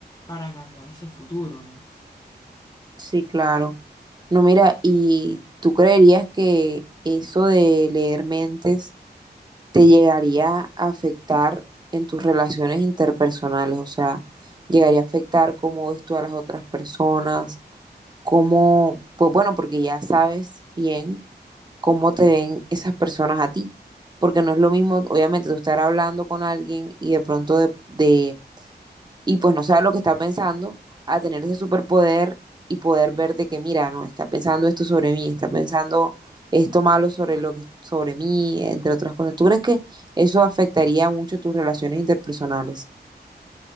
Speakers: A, on the left; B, on the right.
A: para cambiar ese futuro, ¿no?
B: Sí, claro. No, mira, ¿y tú creerías que eso de leer mentes te llegaría a afectar en tus relaciones interpersonales, o sea, llegaría a afectar cómo ves tú a las otras personas, cómo, pues bueno, porque ya sabes bien cómo te ven esas personas a ti, porque no es lo mismo, obviamente, tú estar hablando con alguien y de pronto de, de y pues no sabe lo que está pensando, a tener ese superpoder y poder ver de que, mira, no, está pensando esto sobre mí, está pensando esto malo sobre lo que sobre mí, entre otras cosas. ¿Tú crees que eso afectaría mucho tus relaciones interpersonales?